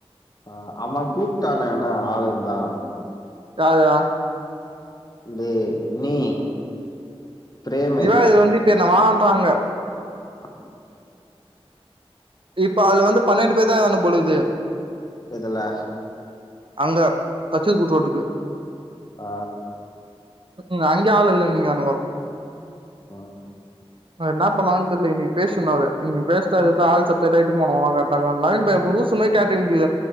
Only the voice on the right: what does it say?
யாரு
திவாகர் வந்து இப்ப என்ன வான்றா அங்க
இப்ப அதுல வந்து பண்ணென்டுபேர் தா வேணும்போலக்கிது
அங்க தச்சது கூட்ரோட்டுக்கு
ம்க்ம் அங்கியே ஆள் இல்லன்னுகிறானுங்கோ
அது இன்னா பண்ணுவாங்கன் தெர்ல இன்னிக் பேசணு அத இன்னிக் பேஸ்ட்டு அதுக்கத்து ஆள் சே கேட்தா இட்டுன் போனோ <unintelligible> கர்ட்டா இருக்கு நவின் பைய லூசு மாரி கேட்ரிங் புடிக்கிது